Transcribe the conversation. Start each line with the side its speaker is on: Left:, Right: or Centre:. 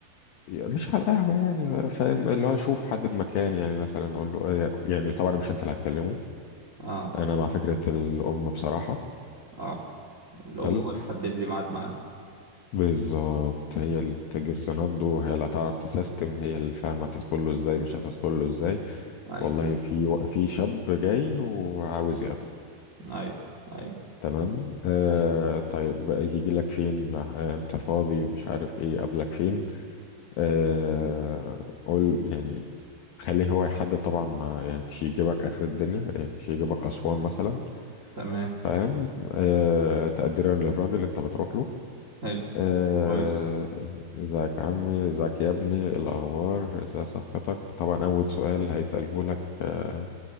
Left: مش على القهوة يعني فاهم اللي هو أشوف حد بمكان يعني مثلا أقول له إيه- يعني طبعا مش أنت اللي هتكلمه
Right: اه
Left: أنا مع فكرة الأم بصراحة
Right: اه الام
Left: حلو
Right: تحدد لي ميعاد معاه
Left: بالظبط هي اللي تجس نبضه هي اللي هتعرف تسيستم هي اللي فاهمة هتدخل له إزاي مش هتدخل له إزاي
Right: ايوه
Left: والله في في شاب جاي وعاوز يقابلك
Right: ايوه ايوه
Left: تمام آه
Right: ايوه
Left: طيب يجي لك فين آه، امتى فاضي مش عارف ايه قابلك فين آه قول يعني خليه هو يحدد طبعا يعني كش يجيبك اخر الدنيا آه، كش يجيبك اسوان مثلا
Right: تمام
Left: فاهم آه تقديرا للراجل انت بتروح له
Right: حلو
Left: آه
Right: كويس
Left: ازيك يا عمي ازيك يا ابني إيه الاخبار ازاي صحتك طبعا اول سؤال هيتساله لك آه